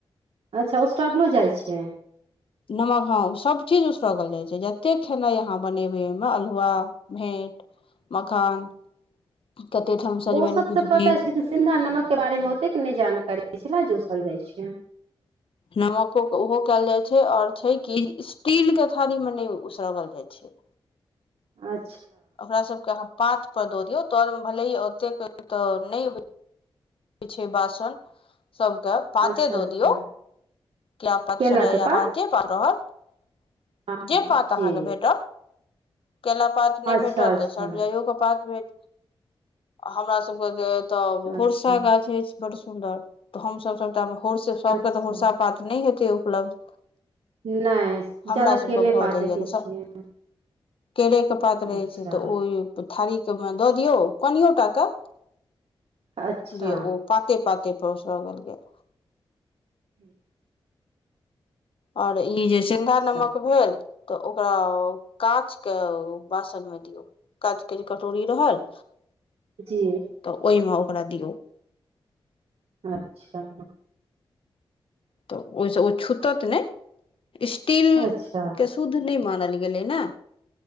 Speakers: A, on the right; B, on the left.
A: अच्छा उसरगलो जाइ छै
B: नमक हँं सभ चीज उसरगल जाइ छै जते खेनाइ अहाँ बनेबै ओहिमे अल्हुआ भी मखान कते ठाम सजमनि
A: ओ सब
B: भुजबी
A: तऽ पता छै लेकिन सिन्धा नमक के बारे मे ओतेक नहि जानकारी छलै जे कहल जाइ छै
B: नमको ओहो कयल जाइ छै आओर छै कि स्टील के थारी मे नहि उसरगल जाइ छै
A: अ
B: ओकरा सबके अहाँ पात पर दऽ दियौ तौर मे भलेही ओतेक तऽ नहि होइ पीछे बासन सबके पाते
A: अच्छा
B: दो
A: अच्छा
B: दियौ किया प
A: केला
B: <unintelligible>
A: के पात हँ
B: जे पात
A: जी
B: अहाँकेँ भेटत केला पात नहि
A: अच्छा
B: भेटत
A: अच्छा
B: तऽ संजाइयो के पात भेट हमरा सबके तऽ तब
A: अच्छा
B: होरसा गाछ अछि बड़ सुन्दर तऽ हम सब सबटा होड़ से सभके
A: अच्छा
B: तऽ हुरसा पात नहि हेतै उपलब्ध
A: नहि
B: हमरा
A: जादा
B: सभके
A: केले
B: भऽ
A: पात
B: जाइए
A: देखै
B: तऽ
A: छियै
B: केरेके पात रहय
A: अच्छा
B: छै तऽ ओ थारीके मे दऽ दियौ कोनिओ टा के
A: अच्छा
B: जे ओ पाते पाते पर उसरगल गेल
A: <unintelligible>
B: आओर ई जे सिन्धा
A: अच्छा
B: नमक भेल तऽ ओकरा काँचके बासन मे दियौ काँचके जे कटोरी रहल
A: जी
B: तऽ ओहिमे ओकरा दिऔ
A: अच्छा
B: तऽ ओहि से ओ छुतत ने स्टील
A: अच्छा
B: के शुद्ध नहि मानल गेलै न